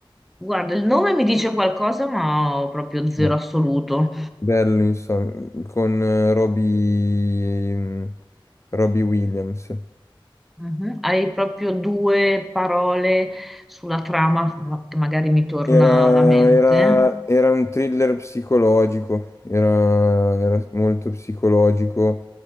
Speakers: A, in the centre; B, on the left.
A: guarda, il nome mi dice qualcosa, ma ho proprio
B: sì.
A: zero assoluto.
B: Bello, insomma, con eh, Robbie, mm, Robbie Williams.
A: Mhm. Hai proprio due parole sulla trama ma- che magari mi torna
B: Era,
A: alla mente.
B: era- era un thriller psicologico, era, era molto psicologico.